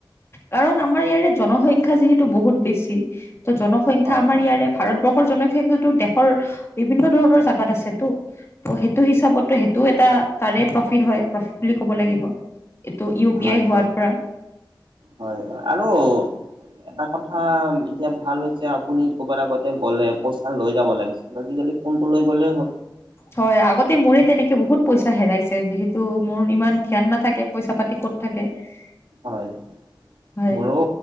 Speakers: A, on the left; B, on the right.
A: কাৰণ আমাৰ ইয়াৰে জনসংখ্যা যিহেতু বহুত বেছি, ত জন - সংখ্যা
B: হয়
A: আমাৰ
B: হয়
A: ইয়াৰে ভাৰতবৰ্ষৰ জনসংখ্যাটো দেশৰ বিভিন্ন ধৰণৰ জাগাত আছেতো। ত' সেইটো হিচাপতো সেইটো এটা তাৰে প্ৰফিট হয়, প্ৰফিট বুলি ক'ব লাগিব। ত' ইউ পি
B: হয়
A: আই হোৱাৰ
B: হয়
A: পৰা।
B: হয়, হয়। আৰু - এটা কথা এতিয়া ভাল হৈছে আপুনি কৰবাত আগতে গ'লে, পইচা লৈ যাব লাগিছ। আজি কালি ফোনটো লৈ গ'লে হ'ল।
A: হয়, আগতে মোৰে তেনেকে বহুত পইচা হেৰাইছে যিহেতু মোৰ ইমান ধ্যান নাথাকে পইচা-পাতি ক'ত থাকে। <unintelligible>
B: হয়,
A: হয়
B: মই অ